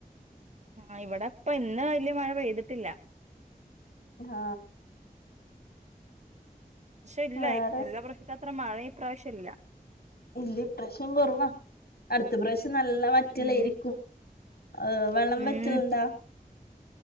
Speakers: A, on the right (about 45°); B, on the left (about 85°).
A: ആ ഇവിടെപ്പ ഇന്ന് വല്യ മഴ പെയ്തിട്ടില്ല
B: ആഹ
A: പക്ഷെ ഇല്ല
B: വേറെ
A: നല്ല പ്രശത്ത മാത്രമാണ് ഈ പ്രാവശ്യമില്ല
B: ഇല്ല പ്രശ്നം കുറവാ അടുത്ത പ്രശ്നം നല്ല വറ്റലായിരിക്കും
A: ഉം
B: ഏർ വെള്ളം വറ്റലുണ്ടാ
A: ഉം